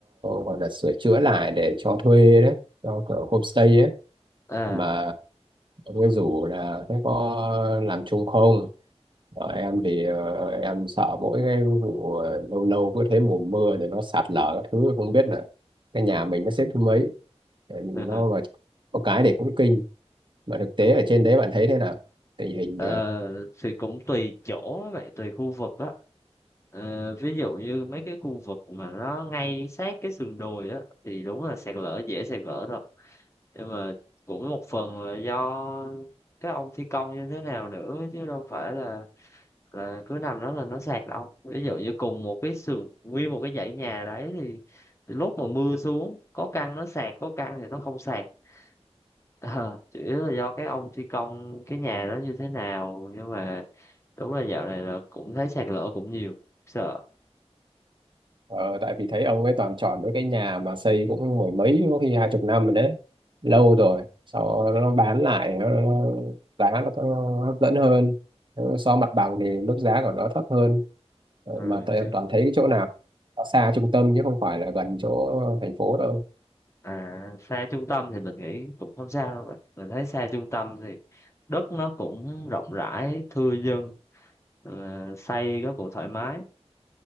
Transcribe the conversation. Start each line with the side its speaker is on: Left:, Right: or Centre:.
Right: ờ, gọi là sửa chữa lại để cho thuê đấy cho kiểu homestay ấy
Left: à
Right: mà ông ấy rủ là thế có làm chung không Ở em thì ờ, em sợ mỗi cái vụ ờ, lâu lâu cứ thế mùa mưa rồi nó sạt lở các thứ không biết là cái nhà mình nó xếp thứ mấy Ờ, nó
Left: <laughs>
Right: mà có cái để cũng kinh mà thực tế ở trên đấy bạn thấy thế nào tình hình
Left: ờ, thì cũng tùy chỗ vậy tùy khu vực á Ờ, ví dụ như mấy cái khu vực mà nó ngay sát cái sườn đồi á thì đúng là sạt lở dễ sạt lở thật nhưng mà cũng một phần là do cái ông thi công như thế nào nữa chứ đâu phải là là cứ nằm đó là nó sạt đâu ví dụ như cùng một cái sườn nguyên một cái dãy nhà đấy thì lúc mà mưa xuống có căn nó sạt có căn thì nó không sạt <laughs> Ờ, chủ yếu là do cái ông thi công cái nhà đó như thế nào nhưng mà đúng là dạo này là cũng thấy sạt lở cũng nhiều sợ
Right: Ờ, tại vì thấy ông ấy toàn chọn với cái nhà mà xây cũng mười mấy có khi hai chục năm rồi đấy lâu rồi sau đó nó bán lại nó, nó nó- giá nó, nó hấp dẫn hơn Nếu so mặt bằng thì mức giá của nó thấp hơn Ờ,
Left: ừ
Right: mà tại
Left: chứ
Right: em toàn thấy cái chỗ nào nó xa trung tâm chứ không phải là gần chỗ thành phố đâu
Left: à xa trung tâm thì mình nghĩ cũng không sao đâu bạn mình thấy xa trung tâm thì đất nó cũng rộng rãi thưa dân ờ, xây nó cũng thoải mái